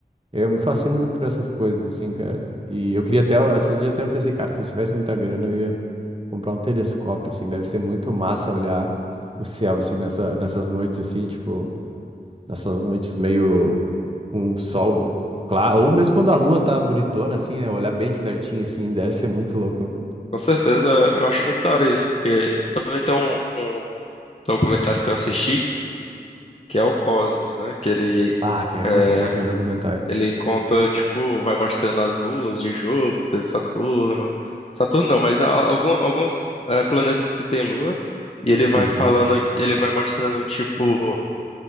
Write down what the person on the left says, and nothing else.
É,
Com certeza, eu acho muito da hora isso, porque também tem um, um documentário que eu assisti, que é o Cosmos, né? Que ele,
é,
ele conta, tipo, vai mostrando as luas de Júpiter, Saturno. Saturno não, mas a- algum, alguns é, planetas que têm lua, e ele vai
falando, ele vai mostrando, tipo.